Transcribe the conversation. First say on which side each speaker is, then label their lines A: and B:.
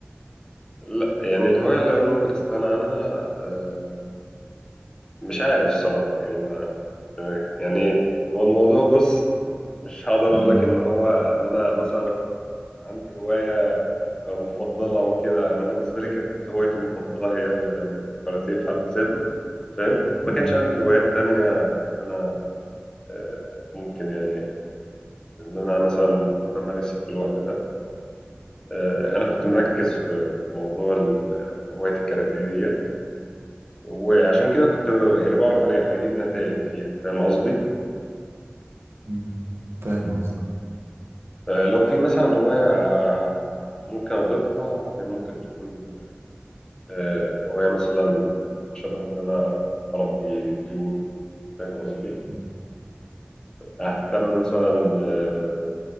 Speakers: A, on the left (about 20°); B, on the right (about 75°).
A: لا يعني الهوايه اللي ممكن استغنى عنها آه، مش عارف الصراحه يعني تمام. يعني هو الموضوع بص مش هقدر
B: امم
A: اقول لك ان هو ان انا مثلا عندي هوايه آه، مفضله وكده انا بالنسبه لي كانت هوايتي المفضله هي ال- الكاراتيه في حد ذاته فاهم ما
B: امم
A: كانش عندي هوايات تانية ان انا آه، ممكن يعني ان انا مثلا بمارسها في الوقت ده آه، انا كنت مركز في موضوع ال- في هوايه الكاراتيه ديت وعشان كده كنت يعني بعرف أنا اجيب نتائج فيها فاهم قصدي
B: امم فاهم قصدك
A: آه، لو في مثلا هواية آه، ممكن أضيفها هي ممكن تكون آه، هواية مثلا شبه إن أنا أربي طيور فاهم قصدي؟
B: مم.
A: أهتم مثلا آه،